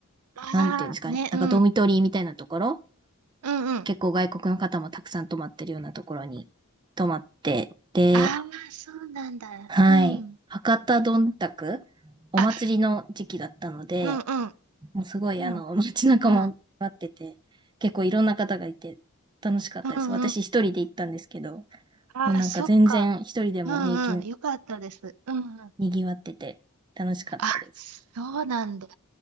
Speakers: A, on the right (about 85°); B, on the right (about 20°).
A: ああ、
B: なんていうんですかね、
A: ね、
B: なんかドミトリーみたいなところ、
A: うん、うんうん。
B: 結構外国の方もたくさん泊まってるようなところに泊まって、で、
A: ああ、そうなんだ。
B: はい、
A: うん。
B: 博多どんたく、お祭りの時期だったので、
A: あ、うんうん、
B: もうすごいあの、
A: うん、
B: 街中も待ってて、
A: うん、
B: 結構いろんな方がいて楽しかったです。
A: うんうん。
B: 私一人で行ったんですけど、
A: ああ、
B: もうなんか全然一人でも平気
A: そっか。うんうん、よかったです。うんうん。
B: 賑わってて楽しかったです。
A: あ、そうなんだ。